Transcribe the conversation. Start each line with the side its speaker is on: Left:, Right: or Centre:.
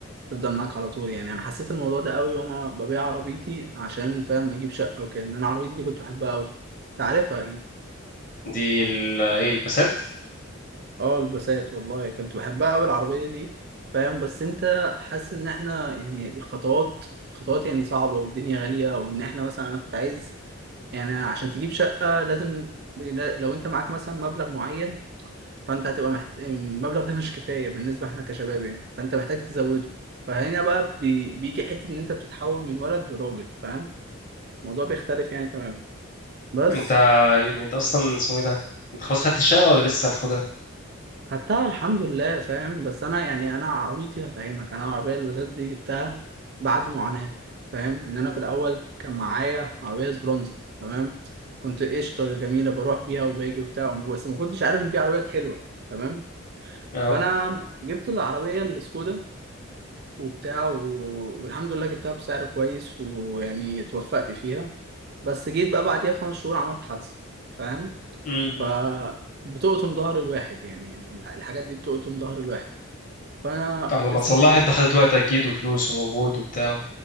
Right: تفضل معاك على طول يعني انا حسيت الموضوع ده قوي وانا ببيع عربيتي عشان فاهم اجيب شقه وكده ان انا عربيتي دي كنت بحبها قوي تعرفها
Left: دي ال ايه البسات
Right: اه البسات والله كنت بحبها أوي العربية دي فاهم بس أنت حاسس إن إحنا يعني الخطوات خطوات يعني صعبة والدنيا غالية وإن إحنا مثلا أنا كنت عايز يعني عشان تجيب شقة لازم لا- لو أنت معاك مثلا مبلغ معين فأنت هتبقى محت... المبلغ ده مش كفاية بالنسبة إحنا كشباب يعني فأنت محتاج تزوده فهنا بقى بي... بيجي حتة إن أنت بتتحول من ولد لراجل فاهم الموضوع بيختلف يعني تماما بس
Left: انت يعني انت اصلا اسمه ايه ده انت خلاص خدت الشقة ولا لسه هتاخدها
Right: خدتها الحمد لله فاهم بس انا يعني انا عربيتي هفهمك انا العربيه اللي بسات دي جبتها بعد معاناه فاهم ان انا في الاول كان معايا عربيه سبرونزر تمام كنت قشطه جميله بروح بيها وباجي وبتاع بس ما كنتش عارف ان دي عربيات حلوه تمام
Left: اه
Right: فانا جبت العربيه السكودا وبتاع و... والحمد لله جبتها بسعر كويس ويعني اتوفقت فيها بس جيت بقى بعديها بخمس شهور عملت حادثه فاهم
Left: امم
Right: ف بتقطم ظهر الواحد يعني الحاجات دي بتقطم ظهر الواحد فانا
Left: اه لما
Right: اسمه
Left: تصلحها
Right: ايه
Left: انت خدت وقت اكيد وفلوس ومجهود وبتاع